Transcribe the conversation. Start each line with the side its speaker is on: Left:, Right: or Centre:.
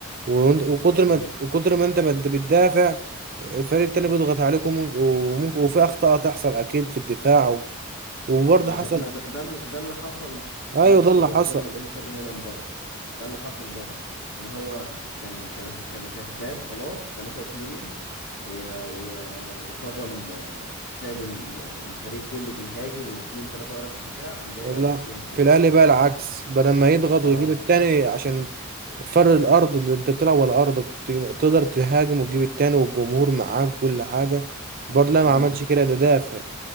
Right: وانت- وكتر
Left: امم
Right: ما وكتر ما انت ما انت بتدافع الفريق التاني بيضغط عليكم وممكن وفي اخطاء تحصل اكيد في الدفاع و-
Left: ما
Right: وبرضه حصل
Left: ده ما ده ده, ال- ده اللي حصل في
Right: ايوه
Left: ماتش
Right: ده اللي
Left: برشلونة
Right: حصل
Left: والانتر ميلان برضه ده اللي حصل برضه ان هو كان كان كان كسبان خلاص 3-2 و... و... وفضل آه، ساب ال- الفريق كله بيهاجم واتنين تلاتة ورا في الدفاع قام جاي
Right: لا
Left: لابس جون في
Right: في
Left: الاخر
Right: الاهلي بقى العكس بدل ما يضغط
Left: اه
Right: ويجيب التاني عشان فر الارض اللي انت بتلعب على ارضك ت- تقدر تهاجم وتجيب التاني والجمهور معاك وكل حاجه برضه لا
Left: امم
Right: ما عملش كده ده دافع